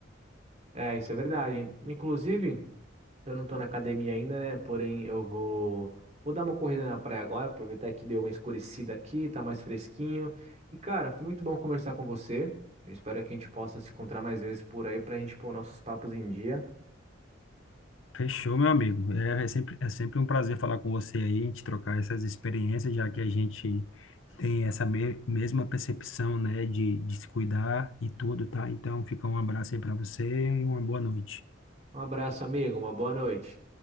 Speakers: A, on the right; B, on the left.
A: É, isso é verdade. Inclusive, eu não tô na academia ainda, né? Porém, eu vou vou dar uma corrida na praia agora, aproveitar que deu uma escurecida aqui, tá mais fresquinho. E cara, foi muito bom conversar com você. Eu espero que a gente possa se encontrar mais vezes por aí pra gente pôr nossos papos em dia.
B: Fechou, meu amigo. É, é sempre, é sempre um prazer falar com você aí, a gente trocar essas experiências, já que a gente tem essa me- mesma percepção, né, de, de se cuidar e tudo, tá? Então, fica um abraço aí para você e uma boa noite.
A: Um abraço, amigo. Uma boa noite.